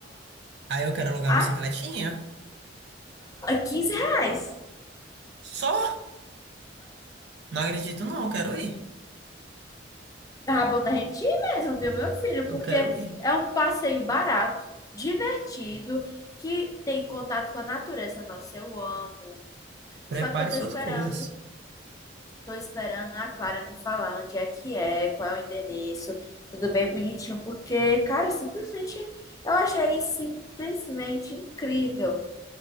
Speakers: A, on the right (about 60°); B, on the left (about 20°).
A: Aí eu quero alugar
B: a
A: uma bicicletinha.
B: 15 reais.
A: Só? Não acredito, não. Eu Quero ir.
B: tá bom da gente ir mesmo, viu, meu filho?
A: Eu
B: Porque
A: quero ir.
B: é um passeio barato, divertido, que tem contato com a natureza. Nossa, eu amo.
A: Prepare
B: Só que eu tô
A: suas
B: esperando,
A: coisas.
B: tô esperando a Clara me falar onde é que é, qual é o endereço, tudo bem bonitinho, porque, cara, simplesmente eu achei simplesmente incrível.